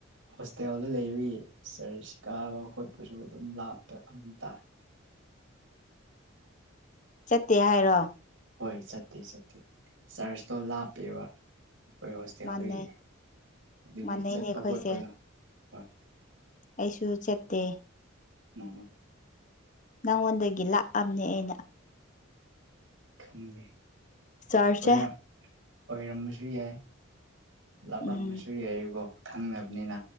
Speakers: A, on the right (about 70°); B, on the left (about 35°).
A: ꯍꯣꯁꯇꯦꯜꯗ ꯂꯩꯕꯒꯤ ꯆꯔꯆ ꯀꯥꯕ ꯈꯣꯠꯄꯁꯨ ꯑꯗꯨꯝ ꯂꯥꯞꯄ ꯑꯗꯨ ꯇꯥꯏ
B: ꯆꯠꯇꯦ ꯍꯥꯏꯔꯣ
A: ꯍꯣꯏ ꯆꯠꯇꯦ ꯆꯠꯇꯦ ꯆꯔꯁꯇꯣ ꯂꯥꯞꯄꯦꯕ ꯑꯩꯈꯣꯏ ꯍꯣꯁꯇꯦꯜꯗꯒꯤ
B: ꯃꯥꯟꯅꯩ
A: ꯑꯗꯨꯒꯤ
B: ꯃꯥꯟꯅꯩꯅꯦ
A: ꯆꯠꯄ
B: ꯑꯩꯈꯣꯏꯁꯦ
A: ꯈꯣꯠꯄꯗꯣ ꯍꯣꯏ
B: ꯑꯩꯁꯨ ꯆꯠꯇꯦ
A: ꯎꯝ
B: ꯅꯉꯣꯟꯗꯒꯤ ꯂꯥꯛꯑꯕꯅꯦ ꯑꯩꯅ
A: ꯈꯦ
B: ꯆꯥꯔꯖꯁꯦ
A: ꯑꯣꯏꯔꯝꯕꯁꯨ ꯌꯥꯏ ꯂꯥꯞꯂꯝꯝꯕꯁꯨ
B: ꯎꯝ
A: ꯌꯥꯏꯑꯀꯣ ꯈꯪꯅꯕꯅꯤꯅ